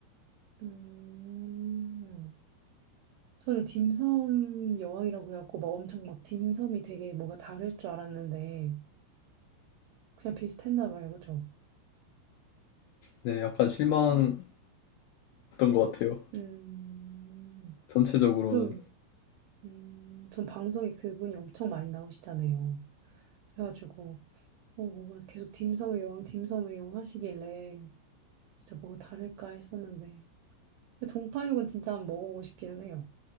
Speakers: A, on the right (about 80°); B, on the left (about 80°).
A: 음, 저는 딤섬 여왕이라고 해갖고 막 엄청 막 딤섬이 되게 뭐가 다를 줄 알았는데 그냥 비슷했나 봐요. 그쵸?
B: 네, 약간 실망이었던 것 같아요.
A: 음,
B: 전체적으로는.
A: 그러게요. 음, 전 방송에 그분이 엄청 많이 나오시잖아요. 그래가지고, 어, 뭔가 계속 딤섬의 여왕, 딤섬의 여왕 하시길래, 진짜 뭐가 다를까 했었는데. 근데 동파육은 진짜 한번 먹어보고 싶기는 해요.